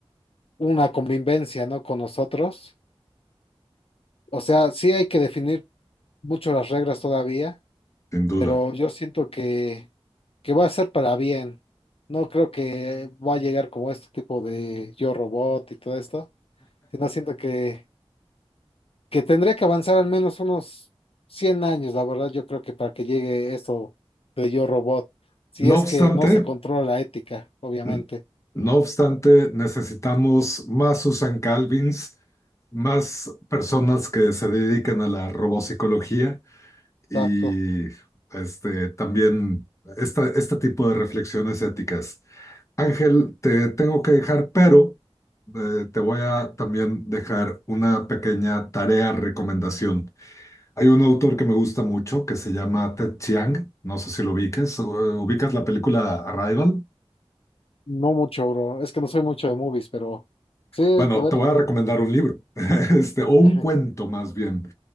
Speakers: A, on the left; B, on the left.
A: una convivencia, ¿no? Con nosotros. O sea, sí hay que definir mucho las reglas todavía,
B: sin duda.
A: pero yo siento que, que va a ser para bien. No creo que va a llegar como este tipo de Yo Robot y todo esto, sino siento que que tendría que avanzar al menos unos 100 años, la verdad, yo creo que para que llegue esto de Yo Robot, si
B: No
A: es
B: obstante,
A: que no se controla la ética, obviamente.
B: N- No obstante, necesitamos más Susan Calvins, más personas que se dediquen a la robopsicología y
A: Exacto.
B: este, también esta- este tipo de reflexiones éticas. Ángel, te tengo que dejar, pero eh, te voy a también dejar una pequeña tarea recomendación. Hay un autor que me gusta mucho que se llama Ted Chiang, no sé si lo ubicas, eh, ubicas la película Arrival.
A: No mucho, bro. Es que no soy mucho de movies, pero sí, a
B: Bueno,
A: ver.
B: te voy a recomendar un libro, <laughs> este, o un
A: <laughs> Ajá.
B: cuento más bien.